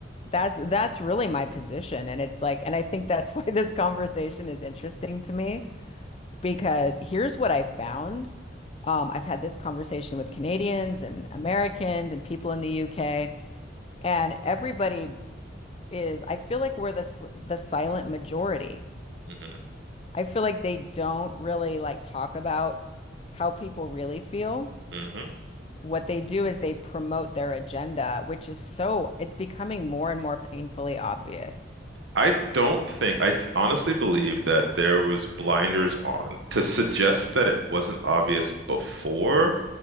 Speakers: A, on the left; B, on the right.
A: That's that's really my position. And it's like, and I think that's <laughs> why this conversation is interesting to me because here's what I found. Um, I've had this conversation with Canadians and Americans and people in the UK, and everybody is, I feel like we're the s- the silent majority.
B: hmm
A: I feel like they don't really like talk about how people really feel.
B: hmm
A: What they do is they promote their agenda, which is so, it's becoming more and more painfully obvious.
B: I don't think, I th- honestly believe that there was blinders on to suggest that it wasn't obvious before.